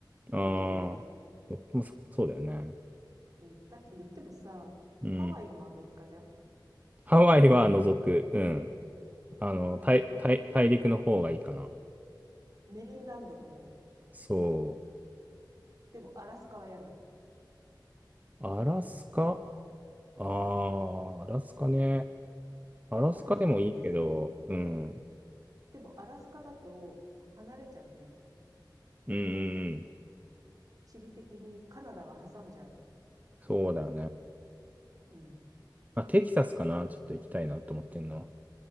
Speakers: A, on the right; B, on the right.
A: は行けるよ。
B: ああ、そもうそそうだよね。
A: うん。だって言ってもさ、
B: うん。
A: ハワイもアメリカじゃん
B: ハワイは除く。うん。あの、
A: うん。
B: 大、
A: も
B: 大、大陸の方がいいかな。
A: う、メインランドの方。
B: そ
A: でも、アラスカは嫌なの。
B: う。アラスカああアラスカね。アラスカでもいいけど、
A: アラスカってさ、
B: うん。
A: でもアラスカだと離れちゃうんだよね。
B: うん、うんうん
A: 地理的にカナダが挟んじゃう。
B: そうだよね。
A: うん。
B: まあ、テキサスかな。ちょっと行きたいなと思ってんの。